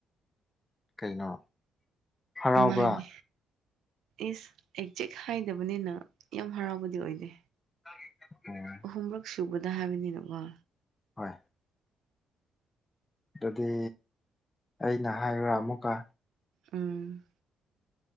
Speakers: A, on the left; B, on the right.
A: ꯀꯩꯅꯣ ꯍꯔꯥꯎꯕ꯭ꯔꯥ
B: ꯃꯥꯅꯤ ꯏꯁ ꯑꯦꯛꯖꯦꯛ ꯍꯥꯏꯗꯕꯅꯤꯅ ꯌꯥꯝ ꯍꯔꯥꯎꯕꯗꯤ ꯑꯣꯏꯗꯦ
A: <unintelligible> ꯑꯣ
B: ꯑꯍꯨꯝꯔꯛ ꯁꯨꯕꯗ ꯍꯥꯏꯕꯅꯤꯅ ꯃ
A: ꯍꯣꯏ ꯑꯗꯨꯗꯤ ꯑꯩꯅ ꯍꯥꯏꯌꯨꯔ ꯑꯃꯨꯛꯀ
B: ꯎꯝ